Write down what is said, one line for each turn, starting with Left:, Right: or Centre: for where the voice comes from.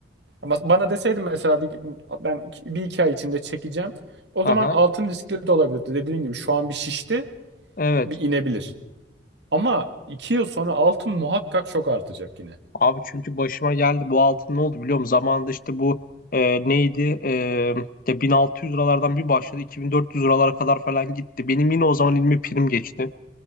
Right: Ama bana deseydin mesela bir, ben iki- bir iki ay içinde çekeceğim. O
Left: Aha.
Right: zaman altın riskli de olabilirdi. Dediğin gibi şu an bir şişti,
Left: Evet.
Right: bir inebilir. Ama iki yıl sonra altın muhakkak çok artacak yine.
Left: Abi çünkü başıma geldi bu altın ne oldu biliyor musun? Zamanında işte bu e, neydi? E, işte 1600 liralardan bir başladı 2400 liralara kadar falan gitti. Benim yine o zaman elime prim geçti.